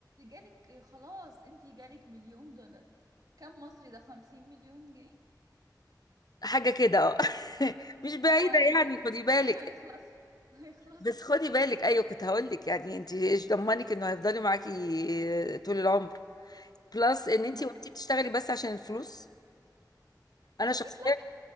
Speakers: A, on the right; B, on the left.
A: جالك خلاص انتي جالك مليون دولار كم مصري ده خمسين مليون جنيه
B: حاجة كده اه <laughs> مش بعيدة
A: هو الفكرة
B: يعني خدي بالك
A: ما هيخلصوا هيخلصوا
B: بس خدي بالك ايوه كنت هقول لك يعني انتي ايش ضمنك انه هيفضلي معاكي طول العمر بلس ان انتي
A: <laughs> مم-
B: وانتي بتشتغلي بس عشان الفلوس انا
A: اكيد
B: شخصيا